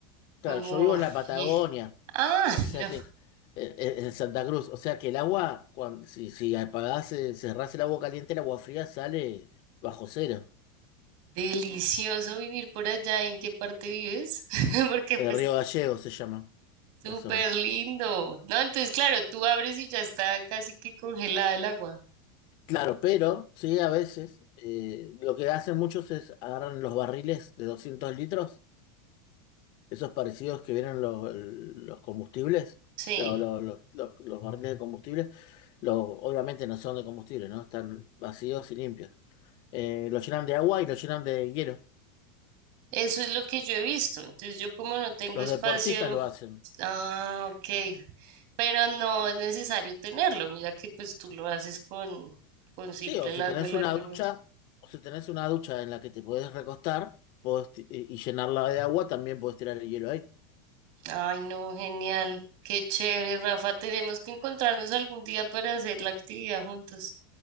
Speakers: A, on the left (about 35°); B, on the right (about 45°).
A: claro,
B: como,
A: yo vivo en la
B: <laughs>
A: Patagonia,
B: y- ah,
A: o
B: <laughs>
A: sea
B: no.
A: que, eh, eh, en Santa Cruz, o sea que el agua, cuando, si, si apagás, eh, cerrás el agua caliente, el agua fría sale bajo cero.
B: Delicioso vivir por allá. ¿En qué parte vives? <laughs> Porque
A: El
B: pues
A: río Gallego se llama
B: súper
A: la zona.
B: lindo. No, entonces claro, tú abres y ya está casi que congelada el agua.
A: Claro, pero sí, a veces eh, lo que hacen muchos es agarran los barriles de 200 litros esos parecidos que vieron los, los combustibles,
B: Sí,
A: los, los, los- los- los barriles de combustible, los, obviamente no son de combustible, ¿no? Están vacíos y limpios. Eh, los llenan de agua y los llenan de hielo.
B: eso es lo que yo he visto. Entonces yo como no tengo
A: Los
B: espacio,
A: deportistas lo hacen.
B: ah, ok. Pero no es necesario tenerlo. Mira que pues tú lo haces con, con simple
A: Sí, o
B: el
A: si
B: agua
A: tenés
B: de la
A: una
B: canilla.
A: ducha, o si tenés una ducha en la que te podés recostar podés ti- y y llenarla de agua, también podés tirar el hielo ahí.
B: Ay, no, genial. Qué chévere, Rafa. Tenemos que encontrarnos algún día para hacer la actividad juntos.